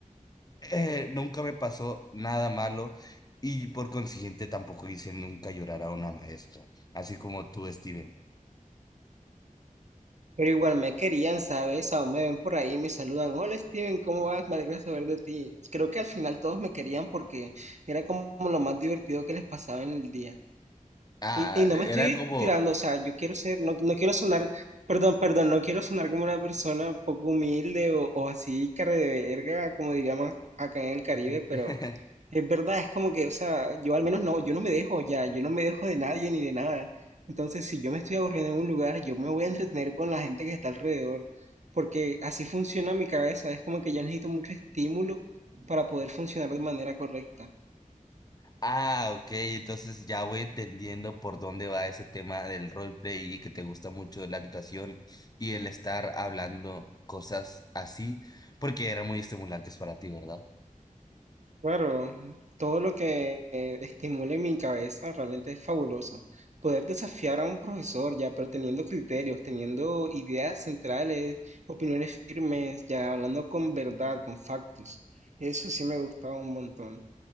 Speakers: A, on the left; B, on the right.
A: eh, nunca me pasó nada malo y por consiguiente tampoco hice nunca llorar a una maestra, así como tú, Steven.
B: Pero igual me querían, ¿sabes? Aún me ven por ahí y me saludan. Hola Steven, ¿cómo vas? Me alegra saber de ti. Creo que al final todos me querían porque era como lo más divertido que les pasaba en el día.
A: Ah,
B: Y, y no
A: era
B: me estoy
A: como...
B: tirando, o sea, yo quiero ser, no, no quiero sonar, perdón, perdón, no quiero sonar como una persona poco humilde o, o así, cara de verga, como diríamos acá en el Caribe,
A: <laughs>
B: pero es verdad, es como que, o sea, yo al menos no, yo no me dejo ya, yo no me dejo de nadie ni de nada. Entonces, si yo me estoy aburriendo en un lugar, yo me voy a entretener con la gente que está alrededor, porque así funciona mi cabeza, es como que yo necesito mucho estímulo para poder funcionar de manera correcta.
A: Ah, ok, entonces ya voy entendiendo por dónde va ese tema del roleplay y que te gusta mucho la actuación y el estar hablando cosas así, porque eran muy estimulantes para ti, ¿verdad?
B: Claro, todo lo que estimule mi cabeza realmente es fabuloso. Poder desafiar a un profesor ya, pero teniendo criterios, teniendo ideas centrales, opiniones firmes, ya hablando con verdad, con factos. Eso sí me gustaba un montón,